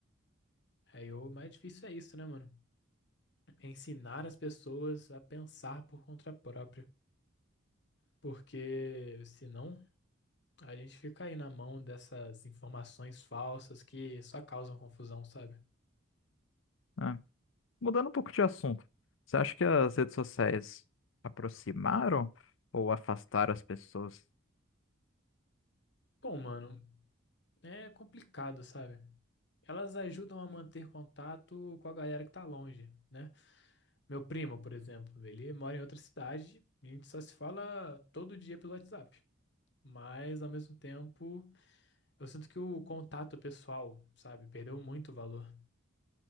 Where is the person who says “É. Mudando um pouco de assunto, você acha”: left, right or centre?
Left